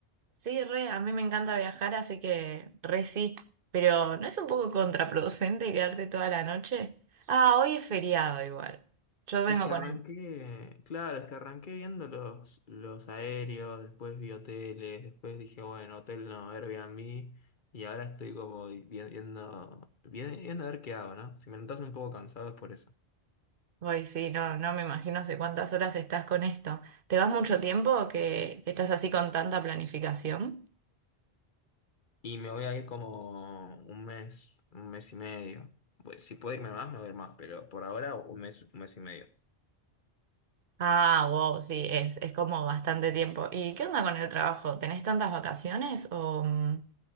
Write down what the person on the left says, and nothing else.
Es que
arranqué,
claro, es que arranqué viendo los, los aéreos, después vi hoteles, después dije, bueno, hotel no, Airbnb, y ahora estoy como vi- viendo, vi- viendo a ver qué hago, ¿no? Si me notas un poco cansado es por eso.
Y me voy a ir como un mes, un mes y medio. Pues, si puedo irme más, me voy a ir más, pero por ahora un mes, un mes y medio.